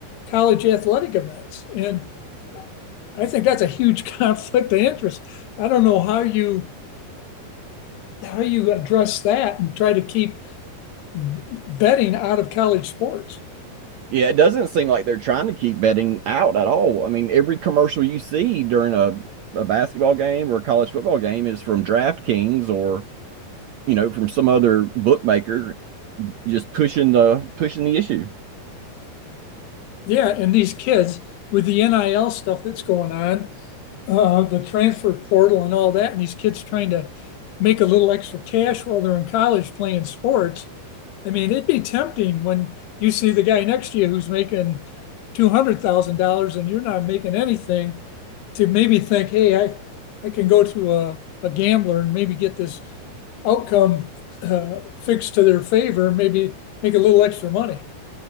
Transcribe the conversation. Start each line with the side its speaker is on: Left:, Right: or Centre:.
Left: college athletic events, and I think that's a huge <laughs> conflict of interest. I don't know how you how you address that and try to keep betting out of college sports.
Right: yeah, it doesn't seem like they're trying to keep betting out at all. I mean, every commercial you see during a, a basketball game or a college football game is from DraftKings or, you know, from some other bookmaker just pushing the pushing the issue.
Left: Yeah, and these kids with the NIL stuff that's going on, uh, the transfer portal and all that, and these kids trying to make a little extra cash while they're in college playing sports. I mean, it'd be tempting when you see the guy next to you who's making two hundred thousand dollars and you're not making anything to maybe think, hey, I, I can go to a, a gambler and maybe get this outcome uh, fixed to their favor, maybe make a little extra money.